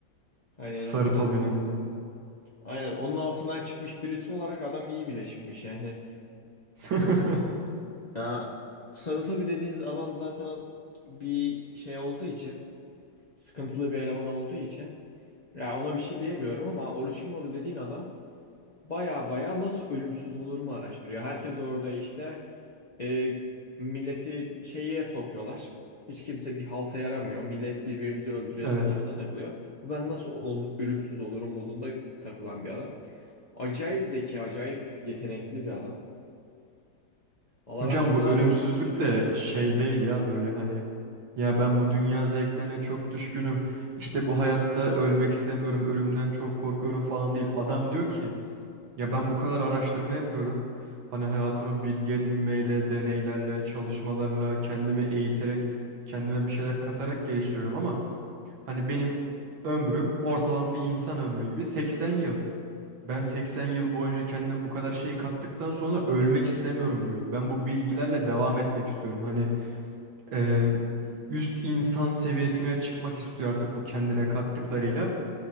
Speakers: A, on the left; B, on the right.
A: Hani
B: Sarı
A: nasıl
B: Tobi'nin.
A: desem. Aynen onun altından çıkmış birisi olarak adam iyi bile çıkmış yani.
B: <laughs>
A: Ya Sarutobi dediğiniz adam zaten bir şey olduğu için sıkıntılı bir eleman olduğu için ya ona bir şey diyemiyorum ama Orochimaru dediğin adam baya baya nasıl ölümsüz olur mu araştırıyor. Herkes orada işte e, milleti şeye sokuyorlar. Hiç kimse bir halta yaramıyor. Millet birbirimizi öldürelim
B: Evet.
A: modunda takılıyor. Bu ben nasıl olun- ölümsüz olurum modunda takılan bir adam. Acayip zeki, acayip yetenekli bir adam. Valla
B: Hocam
A: ben orada
B: bu ölümsüzlük
A: o şey yapamadım.
B: de şey değil ya böyle hani ya ben bu dünya zevklerine çok düşkünüm. İşte bu hayatta ölmek istemiyorum, ölümden çok korkuyorum falan değil. Adam diyor ki Ya ben bu kadar araştırma yapıyorum. Hani hayatımı bilgi edinmeyle, deneylerle, çalışmalarla, kendimi eğiterek, kendime bir şeyler katarak geliştiriyorum ama hani benim ömrüm ortalama bir insan ömrü gibi 80 yıl. Ben 80 yıl boyunca kendime bu kadar şey kattıktan sonra ölmek istemiyorum diyor. Ben bu bilgilerle devam etmek istiyorum. Hani eee, üst insan seviyesine çıkmak istiyor artık bu kendine kattıklarıyla.